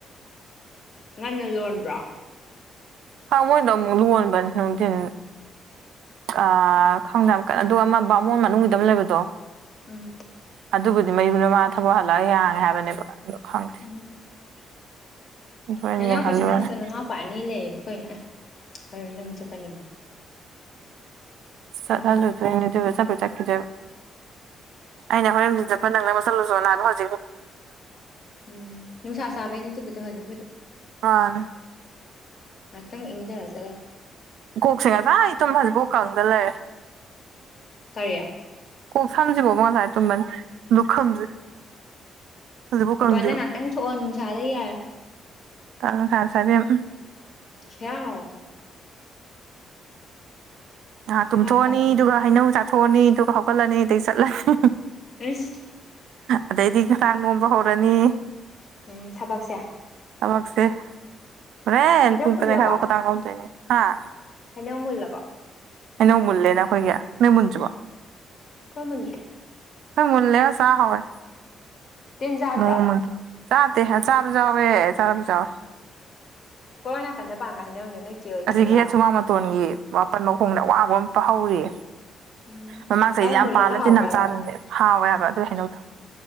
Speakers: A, on the left (about 55°); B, on the right (about 80°).
A: ꯉꯟꯅ ꯂꯣꯟꯕ꯭ꯔꯣ
B: ꯈꯪ ꯃꯣꯏꯗꯣ ꯑꯃꯨꯛ ꯂꯣꯟꯕ ꯅꯨꯡꯊꯤꯟ ꯑ ꯈꯪꯗ ꯌꯥꯝ ꯀꯟꯅ ꯑꯗꯨꯒ ꯑꯃ ꯕꯥꯃꯣꯟ ꯃꯅꯨꯡꯒꯤꯗ ꯑꯃ ꯂꯩꯕꯗꯣ꯫
A: <inaudible>
B: ꯑꯗꯨꯕꯨꯗꯤ ꯃꯌꯨꯝꯗꯨ ꯃꯥꯅ ꯊꯕꯛ ꯍꯜꯂꯒ ꯍꯥꯡꯉꯦ ꯍꯥꯏꯕꯅꯦꯕ ꯑꯗꯣ꯫
A: <inaudible>
B: ꯈꯪꯗꯦ ꯍꯣꯔꯦꯟ
A: ꯅꯅꯥꯎꯄꯥꯁꯤꯃ
B: ꯌꯦꯡꯍꯜꯂꯨꯔꯅꯤ
A: <unintelligible> ꯆ ꯅꯅꯥꯎꯄꯥ ꯑꯅꯤ ꯂꯩꯌꯦꯕꯨ ꯀꯩꯅꯣ ꯑꯦ ꯅꯪ ꯆꯠꯀꯅꯤ꯫
B: ꯆꯠꯍꯜꯂꯨꯗꯣꯏꯅꯦ
A: ꯎꯝ
B: <unintelligible> ꯆꯠꯈꯤꯗꯣꯏꯕ ꯑꯩꯅ ꯍꯣꯔꯦꯟꯗꯤꯟ ꯆꯠꯄ ꯅꯪꯅꯕ ꯆꯠꯂꯨꯆꯣꯅꯥ ꯍꯥꯏꯕ ꯍꯧ
A: ꯎꯝ ꯅꯨꯡꯁꯥ ꯁꯥꯕꯩꯅꯤ ꯗꯨꯕꯨꯗꯤ ꯍꯧꯖꯤꯛꯄꯨꯗꯤ꯫
B: ꯃꯥꯅꯦ
A: ꯉꯥꯛꯇꯪ ꯏꯪꯗꯔ ꯆ
B: ꯀꯣꯛꯁꯦ ꯉꯁꯥꯏ ꯇꯨꯝꯕ ꯍꯧꯖꯤꯛꯐꯥꯎ ꯀꯪꯗ ꯂꯩꯔꯦ꯫
A: ꯀꯔꯤ꯫
B: ꯀꯣꯛ ꯁꯝꯁꯤꯕꯨꯕ ꯉꯁꯥꯏ ꯇꯨꯝꯕꯅꯦ ꯂꯨꯈꯝꯁꯦ꯫ ꯍꯧꯖꯤꯛꯐꯥꯎ
A: ꯃꯄꯥꯟꯗ
B: ꯀꯪꯗꯦꯕ
A: ꯉꯍꯥꯛꯇꯪ ꯊꯣꯛꯑꯣ ꯅꯨꯡꯁꯥꯗ ꯌꯥꯏꯌꯣ꯫
B: ꯇꯟ ꯅꯨꯡꯁꯥ ꯌꯥꯝ ꯁꯥꯏꯕꯦꯝ꯫
A: ꯈ꯭ꯌꯥꯎ꯫
B: ꯉꯍꯥꯛ ꯇꯨꯝꯊꯣꯛꯑꯅꯤ
A: ꯈꯌꯥꯎ ꯀꯪꯉꯗ
B: ꯑꯗꯨꯒ ꯍꯩꯅꯧ ꯆꯥ ꯊꯣꯛꯑꯅꯤ ꯑꯗꯨꯒ ꯍꯧꯒꯠꯂꯅꯤ ꯑꯗꯒꯤ ꯆꯠꯂꯅꯤ꯫
A: ꯑꯩꯁ
B: ꯑꯗꯩꯗꯤ <unintelligible> ꯅꯣꯝꯕ ꯍꯧꯔꯅꯤ꯫
A: ꯎꯝ ꯊꯕꯛꯁꯦ꯫
B: ꯊꯕꯛꯁꯦ꯫ ꯍꯣꯔꯦꯟ
A: ꯍꯩꯅꯧ
B: ꯄꯨꯡ
A: ꯃꯨꯜꯂꯕ
B: ꯇꯔꯦꯠ ꯃꯈꯥꯏꯐꯥꯎ ꯈꯗꯥꯡ ꯅꯣꯝꯗꯣꯏꯅꯤ꯫ ꯍꯥꯥ꯫
A: ꯍꯩꯅꯧ ꯃꯨꯜꯂꯕꯣ꯫
B: ꯍꯩꯅꯧ ꯃꯨꯜꯂꯦꯅ ꯑꯩꯈꯣꯏꯒꯤ ꯅꯣꯏ ꯃꯨꯟꯗ꯭ꯔꯤꯕꯣ꯫
A: ꯈꯣꯏ ꯃꯨꯟꯗꯦ꯫
B: ꯍꯣꯏ ꯃꯨꯜꯂꯦ ꯆꯥ ꯍꯧꯔꯦ꯫
A: ꯇꯤꯟꯆꯥꯗ꯭ꯔꯥ꯫
B: ꯅꯣꯡꯃꯒꯤ ꯆꯥꯗꯦ ꯆꯥꯕꯁꯨ ꯌꯥꯎꯋꯦ ꯆꯥꯗꯕꯁꯨ ꯌꯥꯎꯋꯦ꯫
A: ꯀꯣꯔꯣꯝ ꯅꯥꯀꯟꯗ ꯄꯥꯟꯕ ꯍꯩꯅꯧꯅꯣ ꯅꯣꯏ ꯆꯦ ꯍꯣꯏꯒꯤꯗꯨꯔꯣ
B: <unintelligible> ꯒꯤ ꯍꯦꯛ ꯁꯨꯃꯥꯡ ꯃꯇꯣꯟꯒꯤ꯫ ꯋꯥꯄꯟ ꯃꯈꯣꯡꯗ ꯑꯋꯥꯕ ꯑꯃ ꯍꯧꯔꯤ꯫
A: ꯎꯝ
B: ꯃꯃꯥꯡ ꯆꯍꯤꯗꯤ
A: ꯑꯗ
B: ꯌꯥꯝ
A: ꯃꯨꯜꯂꯒ
B: ꯄꯥꯜꯂ
A: ꯍꯥꯎꯕ꯭ꯔꯕ
B: ꯇꯤꯟ ꯌꯥꯝ ꯆꯥꯗꯅꯦ ꯍꯥꯎꯋꯦ ꯍꯥꯏꯕ ꯑꯗꯨ ꯍꯩꯅꯧꯗꯣ꯫